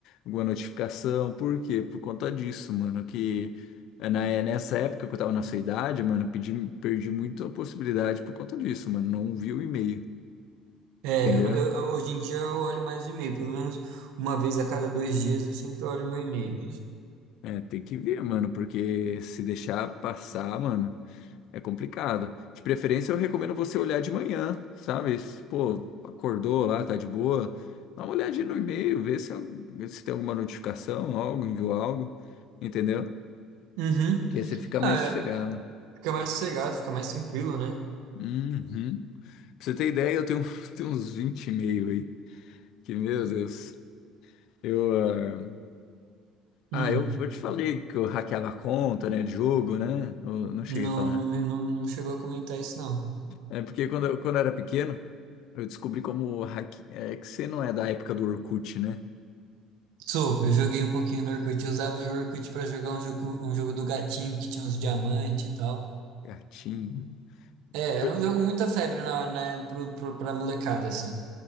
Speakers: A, on the left; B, on the right.
A: alguma notificação. Por quê? Por conta disso, mano, que é na, é nessa época que eu tava na sua idade, mano, pedi, perdi muito a possibilidade por conta disso, mano. Não vi o e-mail,
B: É,
A: entendeu?
B: eu, eu- eu- hoje em dia eu olho mais o e-mail, pelo menos uma vez a cada dois dias eu sempre olho meu e-mail.
A: É, tem que ver, mano, porque se deixar passar, mano. É complicado. De preferência, eu recomendo você olhar de manhã, sabe? Se, Pô, acordou lá, tá de boa. Dá uma olhadinha no e-mail, vê se, vê se tem alguma notificação, algo, enviou algo, entendeu?
B: Uhum.
A: Que aí você fica mais
B: Ah, é,
A: sossegado.
B: fica mais sossegado, fica mais tranquilo, né?
A: Uhum. Pra você ter ideia, eu tenho, <laughs> tenho uns 20 e-mail aí. Que, meu Deus. Eu, ah,
B: Hum,
A: ah, eu, eu te falei que eu hackeava a conta, né, de jogo, né? Eu não cheguei
B: não,
A: a falar.
B: não, me- não, não chegou a comentar isso, não.
A: É porque quando eu, quando eu era pequeno, eu descobri como hack... é que você não é da época do Orkut, né?
B: Sou, eu joguei um pouquinho no Orkut, eu usava o Orkut pra jogar um jogo, um jogo do gatinho que tinha uns diamantes e tal.
A: Gatinho.
B: É, era
A: Eu,
B: um jogo muita febre na, na, pro, pro, pra molecada, assim.